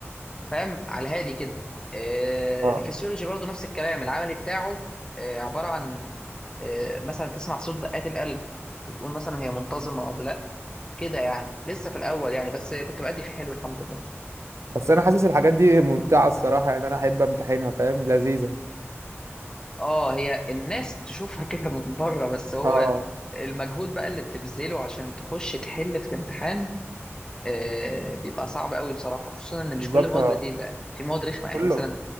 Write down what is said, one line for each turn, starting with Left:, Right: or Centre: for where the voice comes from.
Left: فاهم على هادي كده آه،
Right: اه
Left: الفسيولوجي برضه نفس الكلام العملي بتاعه آه، عباره عن آه، مثلا تسمع صوت دقات القلب بتقول مثلا هي منتظمه ولا لا كده يعني لسه في الاول يعني بس كنت بأدي فيه حلو الحمد لله
Right: بس انا حاسس الحاجات دي ممتعه الصراحه يعني انا احب امتحنها فاهم لذيذه
Left: اه هي الناس تشوفها <laughs> كده من بره بس هو
Right: اه
Left: المجهود بقى اللي بتبذله عشان تخش تحل في الامتحان آه بيبقى صعب قوي بصراحه خصوصا ان مش
Right: بالظبط
Left: كل المواد
Right: آه.
Left: لذيذه يعني، في مواد رخمه
Right: كله
Left: يعني مثلا